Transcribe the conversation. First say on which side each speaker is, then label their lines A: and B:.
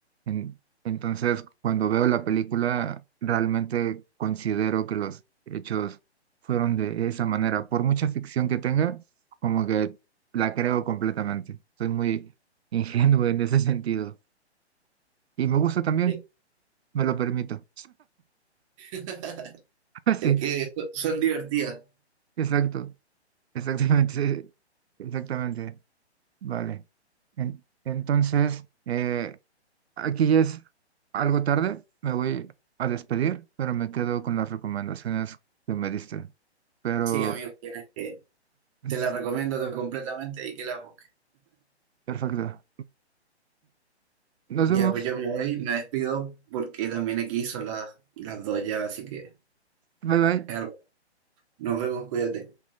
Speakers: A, on the right (about 65°); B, on the right (about 30°).
A: En- entonces, cuando veo la película, realmente considero que los hechos fueron de esa manera. Por mucha ficción que tenga, como que la creo completamente. Soy muy <laughs> ingenuo en ese sentido. Y me gusta también,
B: Sí.
A: me lo permito.
B: <laughs>
A: <laughs>
B: Es
A: Sí,
B: que so- son divertidas.
A: exacto. Exactamente, <laughs> sí, exactamente, vale. En- entonces, eh, aquí ya es algo tarde, me voy a despedir, pero me quedo con las recomendaciones que me diste. Pero,
B: Sí, amigo, tienes que.
A: es-
B: Te la recomiendo to- completamente y que la busques.
A: perfecto. Nos
B: Ya,
A: vemos.
B: pues yo me voy, me despido porque también aquí son las, las dos ya, así que
A: Bye bye.
B: es algo. Nos vemos, cuídate.